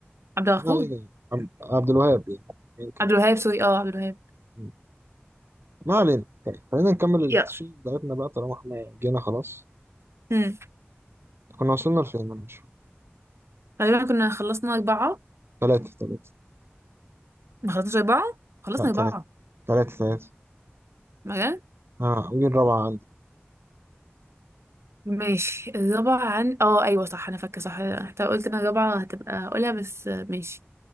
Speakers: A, on the right; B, on the right.
A: عبد الغفور
B: ما علينا يعني. عبد عبد الوهاب يعني يمكن
A: عبد الوهاب سوري اه عبد الوهاب
B: مم. ما علينا طيب خلينا نكمل التشيل
A: يلا
B: بتاعتنا بقى طالما احنا جينا خلاص
A: امم
B: كنا وصلنا لفين انا مش فاكر
A: غالبا كنا خلصنا اربعة
B: ثلاثة ثلاثة
A: ما خلصناش اربعة خلصنا
B: لا ثلاثة
A: اربعة
B: ثلاثة ثلاثة
A: مجال
B: اه ودي الرابعة عندي
A: ماشي الرابعة عن اه ايوه صح انا فاكرة صح حتى قلت انا الرابعة هتبقى اقولها بس آه، ماشي